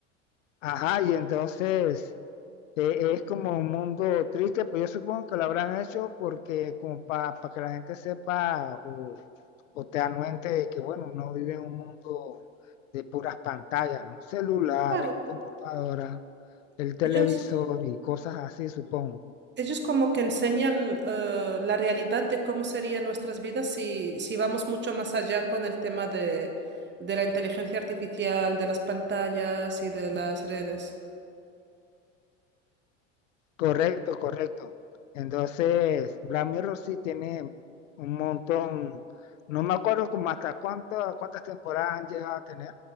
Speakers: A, on the left; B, on the right.
A: ajá, y entonces eh, es como un mundo triste, pues yo supongo que lo habrán hecho porque como para que la gente sepa o, o te anuente de que, bueno, uno vive en un mundo de puras pantallas, ¿no? Celular,
B: Claro,
A: computadora, el televisor
B: ellos.
A: y cosas así, supongo.
B: Ellos como que enseñan eh, la realidad de cómo serían nuestras vidas si, si vamos mucho más allá con el tema de, de la inteligencia artificial, de las pantallas y de las redes.
A: Correcto, correcto. Entonces, Black Mirror sí tiene un montón, no me acuerdo como hasta cuánto, cuántas temporadas han llegado a tener.